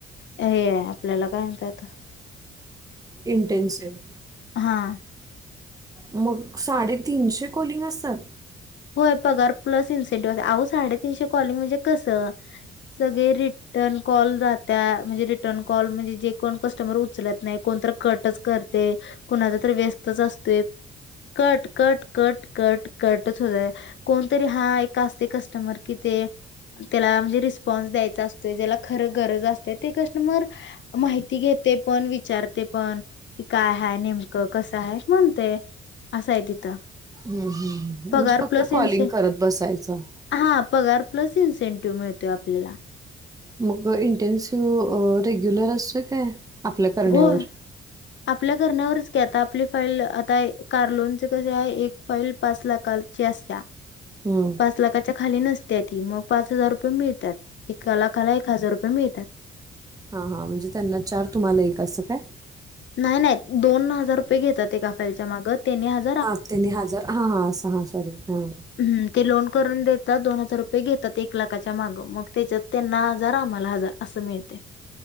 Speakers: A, on the left; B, on the right.
A: हे आपल्याला काय म्हणत येत.
B: इंटनसिव्हप.
A: हां.
B: मग साडेतीनशे कॉलिंग असतात.
A: होय पगार प्लस इन्सेंटिव्ह अहो साडेतीनशे कॉलिंग म्हणजे कसं. सगळे रिटर्न कॉल जातात म्हणजे रिटर्न कॉल म्हणजे जे कोण कस्टमर उचलत. नाही कोणत कटच करते कोणाचा तर व्यस्तच असतो. कटटटटट होत कोणतरी हा एक असते कस्टमर कि ते. त्याला म्हणजे रिस्पॉन्स द्यायचा असतय ज्याला खरं गरज असते ते कष्टन मर. माहिती घेते पण विचारते पण. कि काय ह नेमकं कसं आहे म्हणतय असंय तिथं.
B: ह् ह
A: पगार
B: म्हणजे फक्त
A: प्लस
B: कॉलिंग
A: इन्से
B: करत बसायचं.
A: हा पगार प्लस इन्सेंटिव्ह मिळतोय आपल्याला.
B: मग इंटेन्सिव रेग्युलर असतो काय आपल्या करण्यावर.
A: होय. आपल्या करण्यावरच घ आता आपली फाईल आता कारलोनचे कसे आहे एक फाईल पाच लाख ला. ची असत्या.
B: हम
A: पाच लाखाच्या खाली नसत्या ती मग पाच हजार रुपये मिळतात एका लाखाला एक हजार रुपये मिळतात.
B: हां हां म्हणजे त्यांना चार तुम्हाला एक असं काय.
A: नाही दोन हजार रुपये घेतात ते काालच्या मागनी हज
B: हा त्यांनी हजार हा हा हा सॉरी हा.
A: ह् ते लोन करून देतात दोन हजार रुपये घेतात एक लाखाच्या माग मग त्याच्यात त्यांना हजार आम्हाला हजार. असं मिळते.